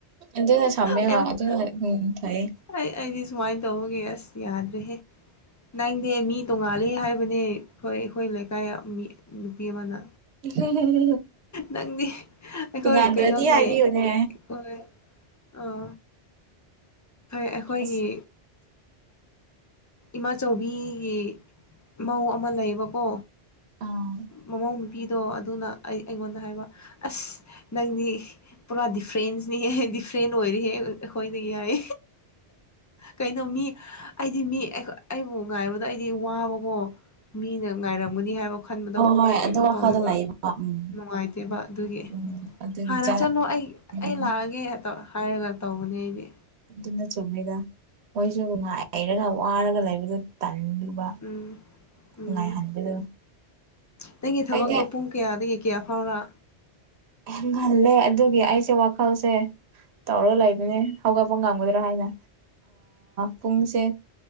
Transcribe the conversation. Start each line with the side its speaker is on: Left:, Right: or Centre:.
Right: ꯑ ꯑꯗꯨꯅ ꯁꯃꯦ
Left: ꯑꯩꯕꯨ
Right: ꯑꯣꯏ ꯑꯗꯨ ꯑꯗꯨꯅ ꯎꯝ ꯊꯥꯏ
Left: ꯑꯩ ꯑꯩꯗꯤ ꯁꯨꯃꯥꯏꯅ ꯇꯧꯕꯒꯤ ꯑꯁ ꯌꯥꯗ꯭ꯔꯦꯍꯦ ꯅꯪꯅꯦ ꯃꯤ ꯇꯣꯡꯉꯥꯂ ꯍꯥꯏꯕꯅꯦ ꯑꯩꯈꯣꯏ ꯑꯩꯈꯣꯏ ꯂꯩꯀꯥꯏ ꯃꯤ ꯅꯨꯄꯤ ꯑꯃꯅ
Right: ꯎꯝ
Left: ꯅꯪꯗꯤ ꯑꯩꯈꯣꯏ
Right: ꯇꯤꯡꯉꯥꯟꯗ꯭ꯔꯗꯤ
Left: ꯀꯩꯅꯣꯅꯦ
Right: ꯍꯥꯏꯕꯤꯌꯨꯅꯦ
Left: ꯍꯣꯏ ꯑꯥ ꯑꯩꯈꯣꯏꯒꯤ
Right: ꯑꯁ
Left: ꯏꯃꯥꯆꯏꯕꯤꯒꯤ ꯃꯧ ꯑꯃ ꯂꯩꯌꯦꯕꯀꯣ
Right: ꯑꯥ
Left: ꯃꯃꯧ ꯅꯨꯨꯄꯤꯗꯣ ꯑꯗꯨꯅ ꯑꯩ ꯑꯩꯉꯣꯟꯗ ꯍꯥꯏꯕ ꯑꯁ ꯅꯪꯗꯤ ꯄꯨꯔꯥ ꯗꯤꯐ꯭ꯔꯦꯟꯁꯅꯤ ꯇ꯭ꯔꯦꯟ ꯑꯣꯏꯔꯤꯍꯦ ꯑꯩꯈꯣꯏꯅ ꯌꯥꯏ ꯀꯩꯅꯣ ꯃꯤ ꯑꯩꯗꯤ ꯃꯤ ꯑꯩꯕꯨ ꯉꯥꯏꯕꯗ ꯑꯩꯗꯤ ꯋꯥꯕꯀꯣ ꯃꯤꯅ ꯉꯥꯏꯔꯝꯒꯅꯤ ꯍꯥꯏꯕ ꯈꯟꯕꯗꯣ
Right: ꯍꯣꯏ
Left: ꯀꯩꯅꯣ
Right: ꯑꯗꯨ ꯋꯥꯈꯜꯗ
Left: ꯇꯧꯋꯦꯕ
Right: ꯑ ꯎꯝ
Left: ꯅꯨꯡꯉꯥꯏꯇꯦꯕ ꯑꯗꯨꯒꯤ
Right: ꯎꯝ ꯑꯗꯨꯒꯤ
Left: ꯍꯥꯟꯅ
Right: ꯆꯥ
Left: ꯆꯠꯂꯣ ꯑꯩ
Right: ꯎꯝ
Left: ꯑꯩ ꯂꯥꯛꯑꯒꯦ ꯍꯥꯏꯔꯒ ꯇꯧꯕꯅꯦ ꯑꯩꯗꯤ
Right: ꯑꯗꯨꯅ ꯆꯨꯝꯉꯩꯗ ꯃꯣꯏꯁꯨ ꯉꯥꯏ ꯍꯩꯔꯒ ꯋꯥꯔꯒ ꯂꯩꯕꯗ ꯇꯜꯂꯨꯕ
Left: ꯎꯝ ꯎꯝ
Right: ꯉꯥꯏꯍꯟꯕꯗꯣ
Left: ꯅꯪꯒꯤ ꯊꯕꯛꯇꯣ
Right: ꯑꯩꯗꯤ
Left: ꯄꯨꯡ ꯀꯌꯥꯗꯒꯤ ꯀꯌꯥ ꯐꯥꯎꯔ
Right: ꯍꯍꯜꯂꯦ ꯑꯗꯨꯒꯤ ꯑꯩꯁꯦ ꯋꯥꯈꯜꯁꯦ ꯇꯧꯔꯒ ꯂꯩꯕꯅꯦ ꯍꯧꯒꯠꯄ ꯉꯝꯒꯗ꯭ꯔꯥ ꯍꯥꯏꯅ ꯄꯨꯡꯁꯦ